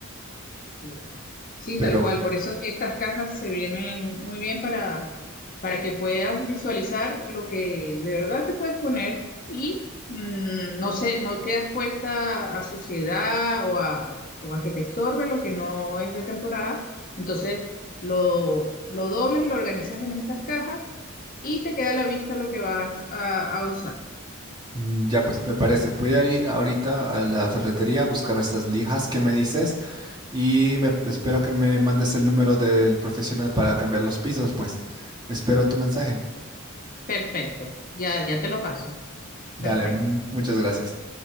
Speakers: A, on the left (about 45°); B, on the right (about 20°).
A: Así es. Sí,
B: Pero
A: tal cual. Por eso estas cajas se vienen muy bien para, para que puedas visualizar lo que de verdad te puedes poner y mm, no sé, no quedas puesta a suciedad o a, o a que te estorbe lo que no es de temporada. Entonces lo, lo doblas y lo organizas en estas cajas y te queda a la vista lo que vas a, a usar.
B: mm, ya pues, me parece. Voy a ir ahorita a la ferretería a buscar estas lijas que me dices y me espero que me mandes el número del profesional para cambiar los pisos, pues. Espero tu mensaje.
A: Perfecto. Ya, ya te lo paso.
B: Dale,
A: Perfecto.
B: mm, muchas gracias.